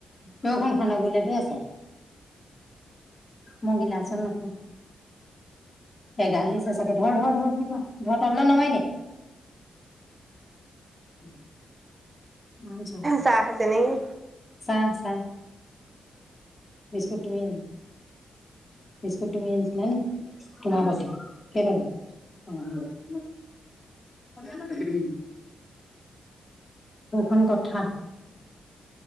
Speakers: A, on the left (about 30°); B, on the right (about 20°).
A: কখন খানা পলাটোয়ে আছে। মগিলাছত নাখাও। এ গাল দিছ চাগে ধৰ - ধৰ - ধৰ - ধৰ - ধৰ তললে নমাই দে। <unintelligible> <inaudible>
B: চাহ খাইছে নেকি?
A: চাহ - চাহ বিস্কুট। তুমি বিস্কুট তুমি আনিছিলা নি তোমাৰ বাৰ্ডে কেইটকা। অ। <unintelligible> উখন কথা।